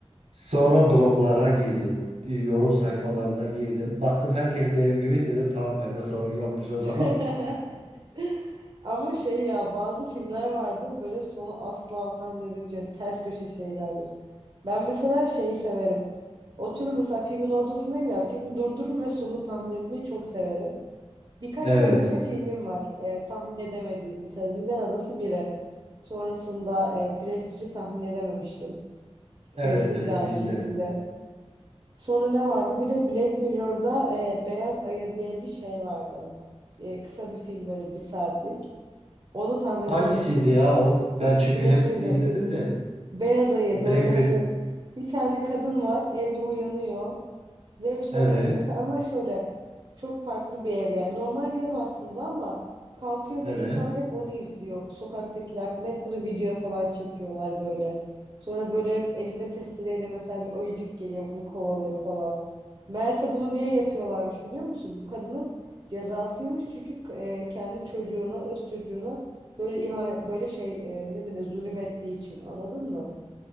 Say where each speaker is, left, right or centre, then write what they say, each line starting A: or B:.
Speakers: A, on the right (about 80°); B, on the right (about 45°).
A: Sonra bloglara girdim. e, Yorum
B: Hı
A: sayfalarına
B: hı.
A: girdim. Baktım herkes benim gibi dedim tamam bende sorun yokmuş o zaman.
B: <laughs>
A: <laughs>
B: Ama şey ya bazı filmler vardır böyle sonu asla tahmin ters köşe şeylerdir. Ben mesela şeyi severim. Oturur mesela filmin ortasındayım ya filmi durdururum ve sonu tahmin etmeyi çok severim. Birkaç
A: Evet.
B: tane böyle filmim var e, tahmin edemediğim. Mesela Zindan Adası 1'e. Sonrasında e, Prestige'i tahmin edememiştim.
A: Evet
B: Prestige
A: Prestige'de.
B: de aynı şekilde. Sonra ne vardı? Bir de Black Mirror'da e, Beyaz Ayı diye bir şey vardı. E, kısa bir film böyle bir saatlik. Onu tahmin
A: Hangisiydi
B: edememiştim.
A: ya o? Ben çünkü
B: Black
A: hepsini
B: Mirror.
A: izledim de.
B: Beyaz ayı
A: Black
B: böyle
A: Mirror.
B: hani bir tane kadın var evde uyanıyor ve sonra
A: Evet.
B: e, mesela ama şöyle çok farklı bir ev yani normal bir ev aslında ama kalkıyor ve
A: Evet.
B: insanlar hep onu izliyor. Sokaktakiler falan hep bunu videoya falan çekiyorlar böyle. Sonra böyle elinde testereyle mesela bir ayıcık geliyor bunu kovalıyor falan. Meğerse bunu niye yapıyorlarmış biliyor musun? Bu kadının cezasıymış çünkü e, kendi çocuğuna, öz çocuğuna böyle ihanet, böyle şey e, ne denir zulüm ettiği için anladın mı?